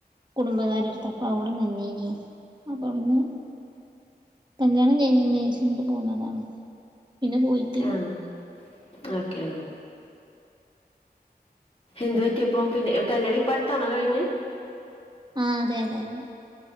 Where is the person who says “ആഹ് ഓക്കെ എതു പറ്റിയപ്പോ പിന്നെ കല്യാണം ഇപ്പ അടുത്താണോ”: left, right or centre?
Left